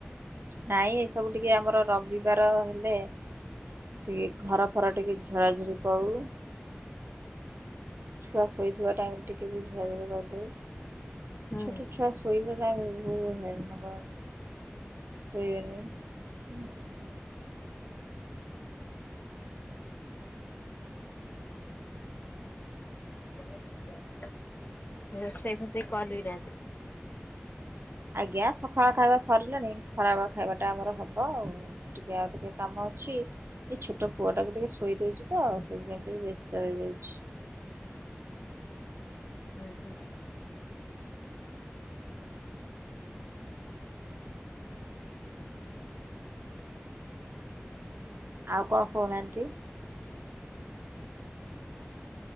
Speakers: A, on the right; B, on the left.
A: ନାଇଁ ଏସବୁ ଟିକେ ଆମର ରବିବାର ହେଲେ ଟିକେ ଘର ଫର ଟିକେ ଝଡ଼ାଝଡ଼ି କରୁ! ଛୁଆ ଶୋଇଥିବା ଟାଇମ୍ ରେ ଟିକେ ବି ଝଡ଼ାଝଡି କରିଦଉ।
B: ହୁଁ।
A: ଛୋଟ ଛୁଆ ଶୋଇବା ଟାଇମ୍ ବହୁତ୍ ହଇରାଣ କରନ୍ତି। ସେଇଆ ନୁହେଁକି
B: <inaudible> ରୋଷେଇ ଫଷେଇ କଲିନାହାନ୍ତି।
A: ଆଜ୍ଞା ସକାଳ ଖାଇବା ସରିଲେଣି ଖରାବେେଳ ଖାଇବାଟା ଆମର ହବ ଆଉ। ଟିକେ ଆଉ ଟିକେ କାମ ଅଛି। ଏଇ ଛୋଟ ପୁଅ ଟାକୁ ଟିକେ ଶୋଇ ଦଉଛି ତ ସେଥିପାଇଁ ଟିକେ ବ୍ୟସ୍ତ ରହିଯାଉଛି।
B: ହୁଁ ହୁଁ।
A: ଆଉ କଣ କହୁନାହାନ୍ତି।